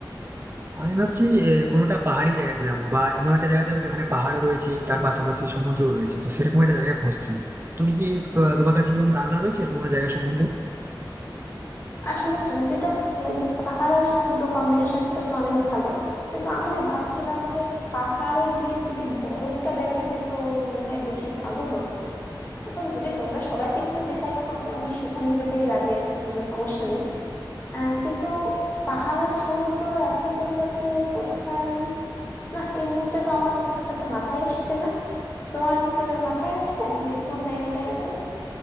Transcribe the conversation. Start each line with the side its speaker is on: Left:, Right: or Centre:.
Right: আমি ভাবছি এ, কোনোটা পাহাড়ি জায়গাতে যাবো বা এমন একটা জায়গাতে যাবো যেখানে পাহাড় রয়েছে তার পাশাপাশি সমুদ্র রয়েছে তো সেরকম একটা জায়গা খুঁজছি তো তুমি কি আহ, তোমার কাছে কি কোনো ধারণা রয়েছে এরকম কোনো জায়গা সম্বন্ধে
Left: আসলে তুমি যেটা বললে যে পাহাড় আর সমুদ্র কম্বিনেশনটা তো অনেক ভালো কিন্তু আমি না ভাবছিলাম যে পাহাড়ে গিয়ে যদি বরফটা দেখা যেত মনে হয় বেশি ভালো হতো এখন যদি তোমরা সবাই যেখানে ডিসাইড করবে আমি সেখানে যেতেই রাজি আছি কোনো সমস্যা নেই আহ কিন্তু পাহাড় আর সমুদ্র একই জায়গাতে কোথায় না এই মুহূর্তে তো আমার এই ব্যাপারটা মাথায় আসছে না তোমার আহ, মাথায় আছে যে কোন জায়গাটা এরকম